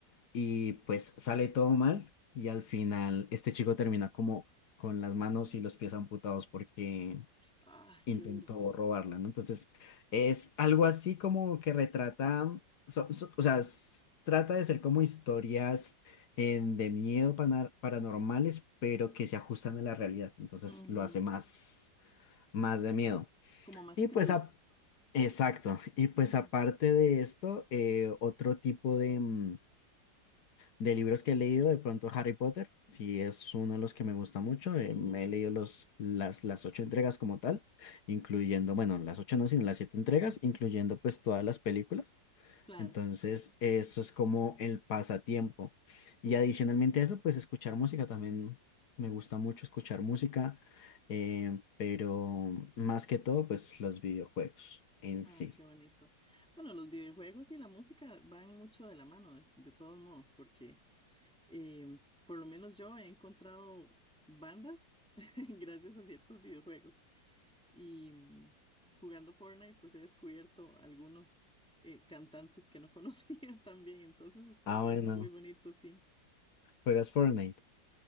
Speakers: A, on the left (about 60°); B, in the centre.
A: y pues sale todo mal y al final este chico termina como con las manos y los pies amputados porque
B: Ay,
A: intentó
B: qué duro.
A: robarla, ¿no? Entonces es algo así como que retrata, so- so- o sea, s- trata de ser como historias eh, de miedo pana- paranormales, pero que se ajustan a la realidad, entonces
B: Ujú,
A: lo hace más, más de miedo.
B: Como más
A: Y
B: crudo.
A: pues a- Exacto. Y pues
B: Ujú,
A: aparte de esto, eh, otro tipo de, mm, de libros que he leído, de pronto Harry Potter, sí es uno de los que me gusta mucho.
B: ujú.
A: eh, me he leído los, las, las ocho entregas como tal, incluyendo, bueno, las ocho no, sino las siete entregas, incluyendo pues todas las películas.
B: Claro.
A: Entonces, eso es como el pasatiempo. Y adicionalmente a eso, pues escuchar música también me gusta mucho escuchar música, eh, pero más que todo, pues los videojuegos en
B: Ay,
A: sí.
B: qué bonito. Bueno, los videojuegos y la música van mucho de la mano, de, de todos modos, porque eh, por lo menos yo he encontrado bandas <laughs> gracias a ciertos videojuegos. Y mm, jugando Fortnite, pues he descubierto algunos eh, cantantes que no conocía <laughs> también. Entonces está,
A: Ah, bueno,
B: está muy bonito, sí.
A: juegas Fortnite.